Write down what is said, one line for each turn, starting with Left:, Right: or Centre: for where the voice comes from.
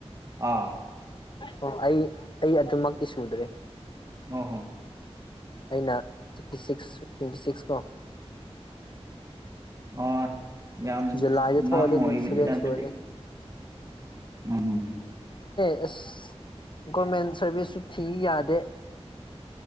Right: ꯑꯥ
Left: ꯑꯣ ꯑꯩ ꯑꯩ ꯑꯗꯨꯝꯃꯛꯇꯤ ꯁꯨꯗ꯭ꯔꯦ
Right: ꯑꯍꯣ
Left: ꯑꯩꯅ ꯐꯤꯇꯤ ꯁꯤꯛꯁ ꯇ꯭ꯋꯦꯟꯇꯤ ꯁꯤꯛꯁ ꯀꯣ
Right: ꯑ ꯌꯥꯝ
Left: ꯖꯨꯂꯥꯏꯗ
Right: ꯉꯥꯡꯉ
Left: ꯊꯣꯛꯑꯗꯤ
Right: ꯑꯣꯏꯔꯤꯕꯅꯤꯗ
Left: ꯇ꯭ꯋꯦꯟꯇꯤ ꯁꯚꯦꯟ
Right: ꯑꯗꯨꯗꯤ
Left: ꯁꯨꯔꯅꯤ
Right: ꯎꯝ
Left: ꯑꯦꯁ ꯒꯣꯔꯃꯦꯟ ꯁꯥꯔꯚꯤꯁꯁꯨ ꯊꯤ ꯌꯥꯗꯦ